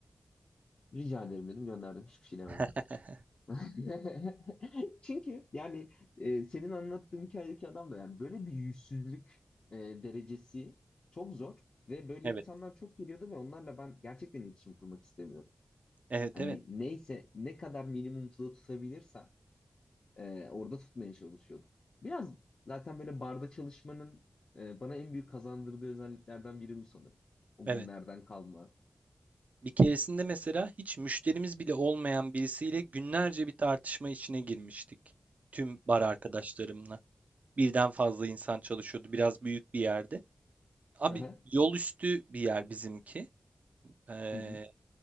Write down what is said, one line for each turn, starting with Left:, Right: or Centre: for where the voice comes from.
Left: Rica ederim dedim gönderdim hiçbir şey demedim.
Right: <laughs>
Left: <laughs> Çünkü yani e, senin anlattığın hikayedeki adam da yani böyle bir yüzsüzlük e, derecesi çok zor ve böyle
Right: Evet.
Left: insanlar çok geliyordu ve onlarla ben gerçekten iletişim kurmak istemiyorum.
Right: Evet
Left: Hani
Right: evet.
Left: neyse ne kadar minimumda tutabilirsem e, orada tutmaya çalışıyordum. Biraz zaten böyle barda çalışmanın e, bana en büyük kazandırdığı özelliklerden biri bu sanırım. O
Right: Evet.
Left: günlerden kalma.
Right: Bir keresinde mesela hiç müşterimiz bile olmayan birisiyle günlerce bir tartışma içine girmiştik. Tüm bar arkadaşlarımla. Birden fazla insan çalışıyordu. Biraz büyük bir yerde. Abi
Left: Hı hı.
Right: yol üstü bir yer bizimki. Ee,
Left: Hı hı.